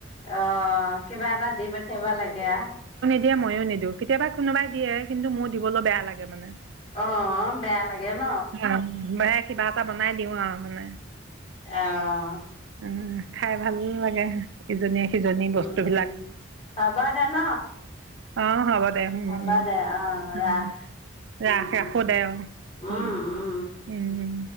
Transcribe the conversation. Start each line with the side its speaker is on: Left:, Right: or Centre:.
Left: অ' কিবা এটা দি পঠিয়াবা লাগে।
Right: দিয়ে ময়ো নিদিওঁ, কেতিয়াবা কোনোবাই দিয়ে কিন্তু মোৰ দিবলৈ বেয়া লাগে। মানে
Left: অ' বেয়া লাগে ন?
Right: অ কিবা এটা বনাই দিওঁ আৰু মানে।
Left: অ'।
Right: উম খাই ভাল লাগে, ইজনীয়ে সিজনীৰ বস্তুবিলাক।
Left: উম, হ'ব দে ন?
Right: অ'। হ'ব দে উ-উম-উম
Left: হ'ব দে অ' ৰাখ। উম,
Right: ৰাখ, ৰাখো
Left: উম,
Right: দে, অ'
Left: উম,
Right: হ'ল দে।
Left: উম।
Right: উম উম।